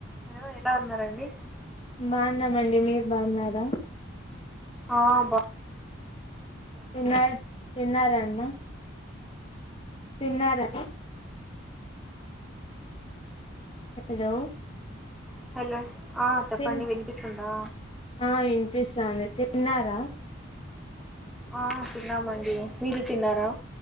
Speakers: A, in the centre; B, on the left.
A: Hello ఎలా ఉన్నారండి
B: బాన్నామండి మీరు బాన్నారా
A: ఆ బ
B: తిన్నారా తిన్నారాన్నా తిన్నారా హలో
A: హలో ఆ చెప్పండి
B: తిన్
A: వినిపిస్తుందా
B: ఆ వినిపిస్తాంది తిన్నారా
A: ఆ తిన్నామండి మీరు తిన్నారా